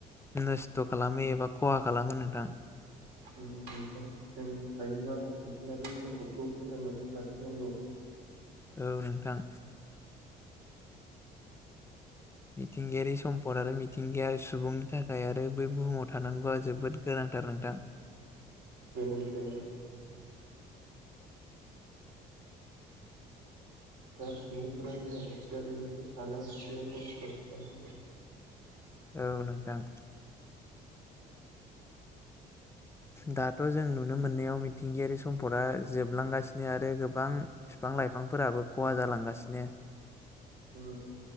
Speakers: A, on the left; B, on the right.
A: नस्थ' खालामो ए बा खहा खालामो नोंथां।
B: उम नोंथां जों हायोबा मिथिंगायारि सम्फदखौ फोथांसो लाखिनांगौ। <unintelligible>
A: औ नोंथां। मिथिंगायारि सम्पद आरो मिथिंगाया सुबुंनि थाखाय आरो बै बुहुमाव थानांगौआ जोबोद गोनां। थार नोंथां
B: गोनां गोनां। दा सुबुंफोरा नाय <unintelligible> साना हसिया नस्ट' खालाम
A: औ नोंथां।
B: <unintelligible>
A: दाथ' जों नुनो मोननायाव मिथिंगायारि सम्फदा जोबलांगासिनो आरो गोबां बिफां-लाइफां फोराबो खहा जालांगासिनो
B: उम।